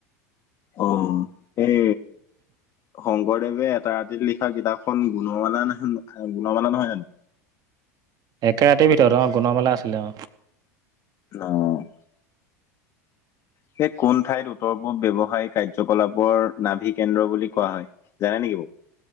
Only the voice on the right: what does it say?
একে ৰাতিৰ ভিতৰত অ' গুণমেলা আছিলে অ'।